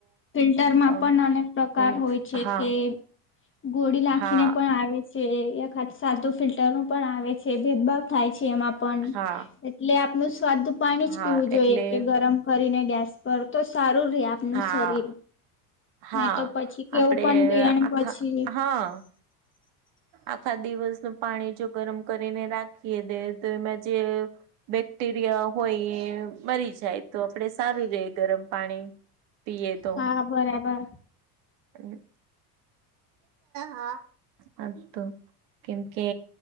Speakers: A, on the left; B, on the right.
A: ફિલ્ટરમાં
B: અમ
A: પણ અનેક પ્રકાર
B: એમ
A: હોય છે
B: હા
A: કે ગોળી નાખીને
B: હા
A: પણ આવે છે એખાત સાદું ફિલ્ટર નું પણ આવે છે. જે ભેદભાવ થાય છે એમાં
B: હા
A: એટલે આપનું સ્વાદ પાણી જ
B: હા
A: પીવું જોઈએ
B: એટલે
A: કે ગરમ કરીને ગેસ પર તો સારું રે આપનું
B: હા
A: શરીર
B: હા
A: નહી તો પછી કેવું
B: આપડે
A: પણ
B: આખા
A: પીણ પછી.
B: હા.
A: <inaudible>
B: આખા દિવસનું પાણી જો ગરમ કરીને રાખીએ દે તો એમાં જે બેક્ટેરિયા હોય એ મરી જાય તો આપડે સારું ર ગરમ પાણી પીએ તો.
A: હા બરાબર.
B: અને. હા હાતો કેમકે